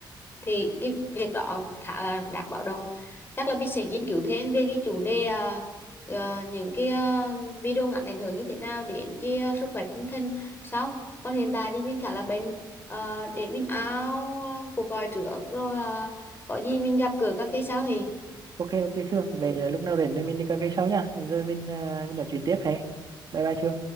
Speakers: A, on the left (about 25°); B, on the right (about 50°).
A: thì cái việc đó khá là đáng báo động chắc là mình sẽ nghiên cứu thêm về cái chủ đề ờ, ờ, những cái ờ, video ngắn ảnh hưởng như thế nào đến cái ờ, sức khỏe tinh thần sau còn hiện tại thì mình khá là bệnh ờ, để mình áo ờ, cuộc gọi trước rồi ờ, có gì mình gặp gỡ cà phê sau thì
B: ok ok thương về là lúc nào rảnh thì mình đi cà phê sau nha rồi mình à, mình nói chuyện tiếp hè bye bye thương